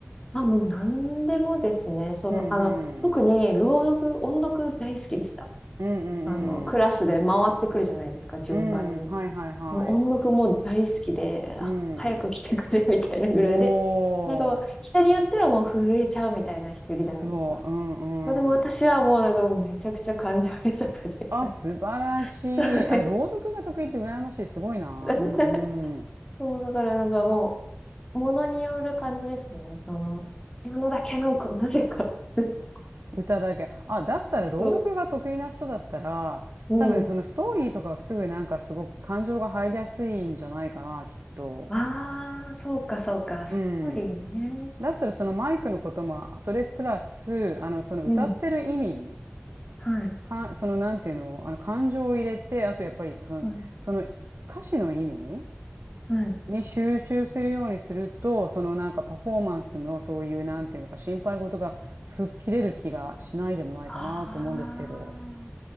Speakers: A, on the left; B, on the right.
A: あ、もう何でもですね。その、
B: うん、
A: あの、
B: うん。
A: 特に朗読、音読大好きでした。
B: うん、うんうん。
A: あの、クラスで回ってくるじゃないですか、順番に。
B: うん、はいはいはい。
A: もう音読も大好きで、あ早く来てくれみたいなぐらいで。
B: うん。おー。
A: なんかもう、人によってはもう震えちゃうみたいな人いるじゃないですか。
B: そう、うん、
A: まあでも私はもうなんかもうめちゃくちゃ感情豊かで。
B: うん。あ、素晴らしい。
A: <laughs> そうです。
B: あ、朗読が得意って羨ましい。すごいな。
A: <laughs>
B: うん、うん。
A: もうだからなんかもう、ものによる感じですね。その、ピアノだけなんか、なぜか、ずっ
B: 歌だけ。あ、だったら朗読が得意な人だったら、
A: と。うん。
B: 多分そのストーリーとかはすぐなんかすごく感情が入りやすいんじゃないかな、きっと。
A: ああ、そうか、そうか。ストーリーね。
B: うん。だったらそのマイクのことも、それプラス、あの、その歌ってる意味、
A: うん。はい。
B: か、その、なんていうの、あの、感情を入れて、あと、やっぱり、その、
A: はい。
B: その歌詞の意味
A: はい。
B: に集中するようにすると、その、なんか、パフォーマンスの、そういう、なんていうのか、心配事が吹っ切れる気がしないでもないかなと思うんですけど。
A: あ